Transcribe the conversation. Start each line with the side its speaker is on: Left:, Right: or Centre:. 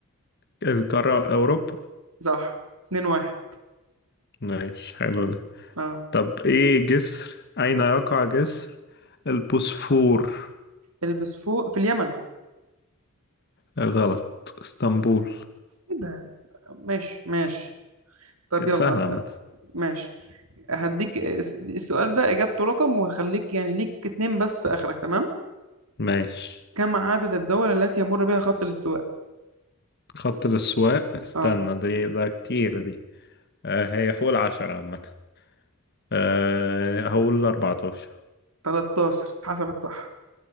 Left: القارة اوروبا
Right: صح 2 واحد
Left: ماشي حلو ده
Right: اه
Left: طب ايه جسر اين يقع جسر البوسفور
Right: البس فوق في اليمن
Left: آه، غلط اسطنبول
Right: ايه ده ماشي ماشي طب
Left: كانت
Right: يلا
Left: سهلة
Right: هسأل.
Left: عامة
Right: ماشي هديك الس- السؤال ده إجابته رقم وهخليك يعني ليك اتنين بس آخرك تمام
Left: ماشي
Right: كم عدد الدول التي يمر بها خط الاستواء؟
Left: خط الأسواق استنى
Right: اه
Left: دي ده كتير دي آه هي فوق العشرة عامة آه هقول أربعتاشر
Right: 13 اتحسبت صح